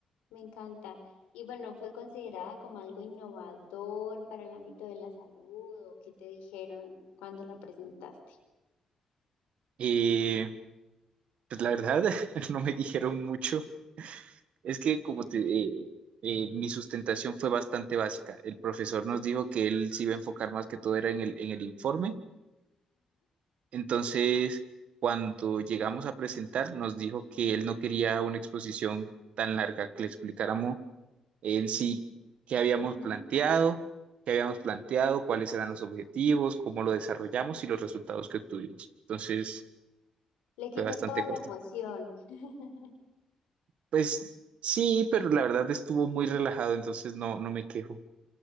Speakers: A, on the left; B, on the right.
A: Me encanta. Y bueno, ¿fue considerada como algo innovador para el ámbito de la salud o qué te dijeron cuando la presentaste?
B: Y pues la verdad, <laughs> no me dijeron mucho. Es que como te, eh, eh, mi sustentación fue bastante básica. El profesor nos dijo que él se iba a enfocar más que todo era en el, en el informe. Entonces, cuando llegamos a presentar, nos dijo que él no quería una exposición tan larga, que le explicáramos en sí qué habíamos
A: Ujú. Mm.
B: planteado, qué habíamos planteado, cuáles eran los objetivos, cómo lo desarrollamos y los resultados que obtuvimos. Entonces,
A: Le quito
B: fue bastante
A: toda la
B: corto.
A: emoción. <laughs>
B: Pues sí, pero la verdad estuvo muy relajado, entonces no, no me quejo.